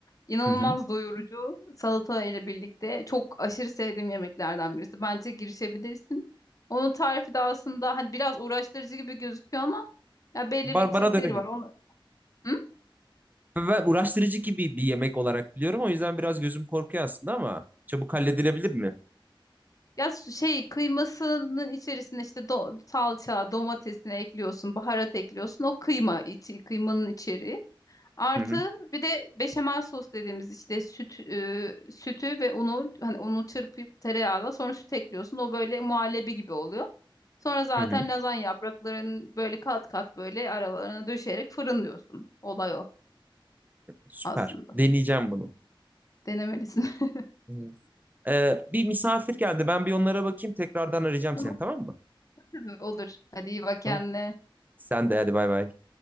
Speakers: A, on the left; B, on the right.
A: İnanılmaz
B: hı.
A: doyurucu salata ile birlikte çok aşırı sevdiğim yemeklerden birisi. Bence girişebilirsin. Onun tarifi de aslında hani biraz uğraştırıcı gibi gözüküyor ama ya belli
B: Bar
A: bir trikleri
B: bana da öyle geliyor.
A: var. Onu... Hı?
B: Ben uğraştırıcı gibi bir yemek olarak biliyorum. O yüzden biraz gözüm korkuyor aslında ama çabuk halledilebilir mi?
A: Ya su- şey kıymasının içerisine işte do- salça, domatesini ekliyorsun, baharat ekliyorsun. O kıyma içi, kıymanın içeriği. Artı
B: Hı hı.
A: bir de beşamel sos dediğimiz işte süt e, sütü ve unu hani unu çırpıp tereyağla sonra süt ekliyorsun. O böyle muhallebi gibi oluyor. Sonra zaten
B: Hı hı.
A: lazanya yapraklarını böyle kat kat böyle aralarına döşeyerek fırınlıyorsun. Olay o
B: Süper.
A: aslında.
B: Deneyeceğim bunu.
A: Denemelisin. <laughs>
B: Evet. Ee, bir misafir geldi. Ben bir onlara bakayım. Tekrardan arayacağım
A: Tamam
B: seni tamam mı?
A: tabii olur. Hadi iyi bak kendine.
B: Tamam. Sen de hadi bay bay.